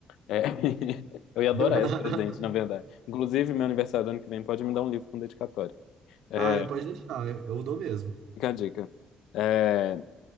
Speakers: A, on the left; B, on the right.
A: É. <laughs> Eu ia adorar
B: <laughs>
A: esse presente, na verdade. Inclusive, meu aniversário do ano que vem pode me dar um livro com dedicatória. É,
B: Ah, eu pode deixar, eu eu dou mesmo.
A: fica a dica. É,